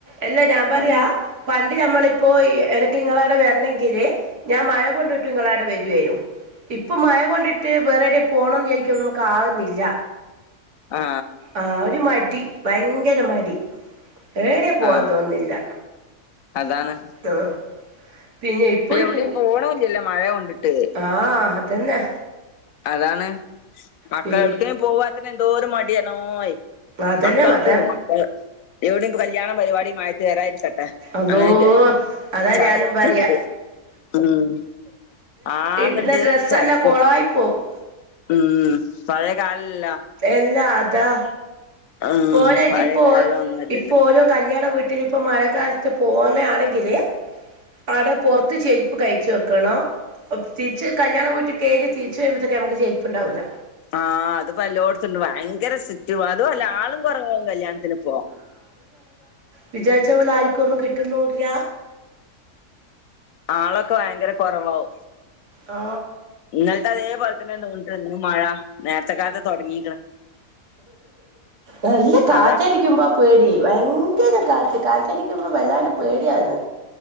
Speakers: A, on the right (about 85°); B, on the left (about 70°).
A: എല്ലാ ഞാൻ പ പറ്യാ
B: ഉം.
A: പ ണ്ട് ഞമ്മളിപ്പോ എനക്ക് ഇങ്ങളവ്ടെ വരണെങ്കില് ഞാൻ മഴ കൊണ്ടിട്ട് ഇങ്ങളവ്ടെ വര്വേനു ഇപ്പൊ മഴകൊണ്ടിട്ട് വേറെവ്ടെ പോണംന്ന് വിചാരിക്കാൻ നമുക്ക് ആവുന്നില്ല
B: ആ
A: ആ ഒരു മടി ഭയങ്കര മടി ഏടേം പോവാൻ
B: ആ
A: തോന്ന്ന്നില്ല
B: അതാണ്
A: ആ പിന്നെ ഇപ്പൊര്
B: ഇപ്പൊ എവിടെയും
A: പൂ
B: പോണില്ലല്ലോ മഴ കൊണ്ടിട്ട്
A: ആ അതന്നെ
B: അതാണ് മക്കളെ
A: പി
B: എട്ക്കേം പോവാത്ത്ന് എന്തോരു മടിയാണോയ്
A: അതന്നെ
B: മക്കൾക്കും
A: അതാ
B: മക്കൾ എവിടെങ്കിലും കല്യാണ പരിപാടി മഴയത്ത് വരാതിരിക്കട്ടെ
A: അള്ളോ
B: അങ്ങനെ വിചാരിക്കും
A: അതാ
B: ചടച്ചിരിക്കും
A: ഞാനും പറയാ
B: ഉം ആകെണ്ട്
A: ഇടുന്ന ഡ്രസ്സെല്ലാം
B: ചടക്കും
A: കൊളായി പോവും
B: ഉം പഴയ കാൽല്ലല്ല
A: എല്ലാ അതാ
B: ഉം
A: പോരായ്ട്ട്
B: പഴയ
A: ഇപ്പൊ
B: കാലം
A: ഓ
B: ഒന്നും അല്ലല്ലോ
A: ഇപ്പ ഓരോ കല്യാണ വീ ട്ടിൽപ്പോ മഴ കാലത്ത് പോവ്ന്നെ ആണെങ്കില് ആടെ പൊർത്ത് ചെരുപ്പ് കയ്ച്ച് വെക്കണോ തിരിച്ച് കല്യാണം വീട്ട് കേറി തിരിച്ച് വരമ്പത്തേക്ക് ഞമ്മക്ക് ചെര്പ്പ്ണ്ടാവൂല
B: ആ അത് പ ല്ലോട്ത്ത്ണ്ട് ഭയങ്കര സിറ്റും അതും അല്ല ആളും കുറവാകും കല്യാണത്തിന്പ്പൊ
A: വിജാരിച്ച പോലെ ആരിക്കൊന്നും കിട്ട്ന്നുല്ല
B: ആളൊക്കെ ഭയങ്കര കൊറവാവും
A: ആ
B: ഇന്നൽത്തെ അതേ പോലെ തന്നെ തോന്ന്ട്ട ഇന്നും മഴ നേര്ത്തെ കാൽത്തെ തൊടങ്ങീക്ക്ണ്
A: നല്ല കാറ്റടടിക്കുമ്പോ
B: അതാ
A: പേടി ഭയങ്കര കാറ്റ കാറ്റടിക്കുമ്പോ വല്ലാണ്ട് പേടിയാവ്ന്ന്